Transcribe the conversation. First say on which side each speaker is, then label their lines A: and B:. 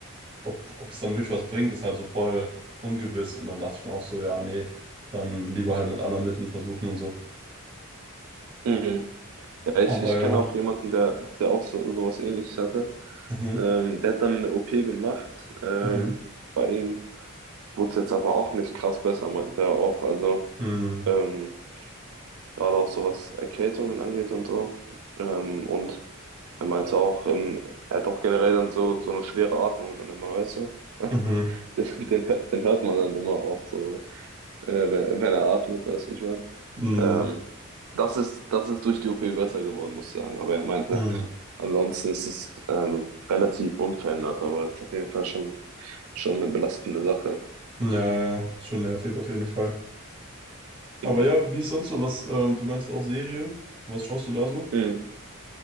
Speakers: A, on the right; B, on the right.
A: ob, ob das dann wirklich was bringt, ist halt so voll ungewiss. Und dann dachte ich mir auch so, ja, nee, dann lieber halt mit anderen Mitteln versuchen und so.
B: Mhm. Ja, ich,
A: Ja. Aber
B: ich
A: ja.
B: kenne auch jemanden, der, der auch so, sowas Ähnliches hatte.
A: Mhm.
B: Ähm, der hat dann eine OP gemacht. Ähm,
A: Mhm.
B: bei ihm wurde es jetzt aber auch nicht krass besser, meinte er auch. Also
A: Mhm.
B: ähm, gerade auch so was Erkältungen angeht und so. Ähm, und er meinte auch, ähm, er hat auch generell dann so, so eine schwere Atmung dann immer, weißt du? <laughs>
A: Mhm.
B: Den, den, hört- den hört man dann immer auch so. äh, wenn, wenn er atmet, weißt du, wie ich meine.
A: Mhm.
B: Ähm, das ist, das ist durch die OP besser geworden, muss ich sagen. Aber er meinte,
A: Mhm.
B: ansonsten ist es ähm, relativ unverändert, aber es ist auf jeden Fall schon, schon eine belastende Sache.
A: Ja, ja, ja. schon nervig auf jeden Fall. Aber
B: Mhm.
A: ja, wie ist sonst so was? Ähm, du meinst auch Serien? Was schaust du da so?
B: Mhm.